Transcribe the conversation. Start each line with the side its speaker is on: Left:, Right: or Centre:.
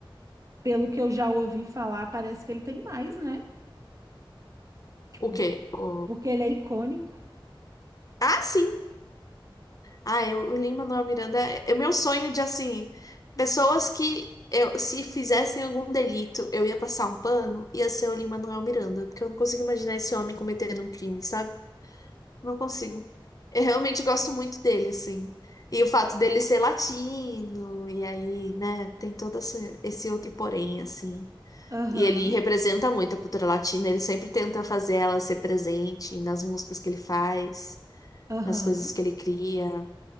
Right: pelo que eu já ouvi falar, parece que ele tem mais, né? Tipo,
Left: O quê? O...
Right: porque ele é icônico.
Left: Ah, sim! Ah, eu, o Lin Manuel Miranda é o meu sonho de, assim, pessoas que eu, se fizessem algum delito, eu ia passar um pano, ia ser o Lin Manuel Miranda. Porque eu não consigo imaginar esse homem cometendo um crime, sabe? Não consigo. Eu realmente gosto muito dele, assim. E o fato dele ser latino, e aí, né, tem todo esse esse outro porém, assim.
Right: Aham,
Left: E ele representa muito a cultura latina, ele sempre tenta fazer ela ser presente nas músicas que ele faz,
Right: aham.
Left: nas coisas que ele cria.